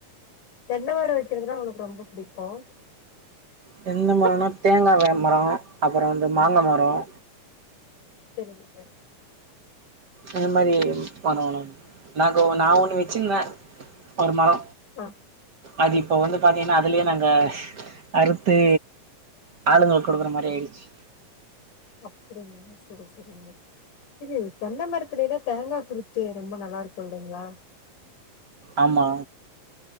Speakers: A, on the left; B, on the right.
A: தென்னை வரம் வக்கிறதுனா உனக்கு ரொம்ப பிடிக்கும்
B: தென்னை மரம்னா தேங்காய் மரம் அப்றோம் வந்து மாங்கா மரம்
A: செரிங்கிங்க
B: அந்த மாரிம் வருன நாக்கு நா ஒன்னு வெச்சிந்தே ஒரு மரோ
A: ஆ
B: அது இப்போ வந்து பாத்தீங்கனா அதுலியே நாங்க அறுத்து ஆளுங்ளுக் குடுக்குற மாரி ஆயிடுச்சி
A: அப்டிங்ளா செரி செரிங்க இது எது தென்னம் மரத்துலேலாத் தேங்கா குருத் சே ரொம்ப நல்லாருக்கு இல்லைங்ளா
B: ஆமா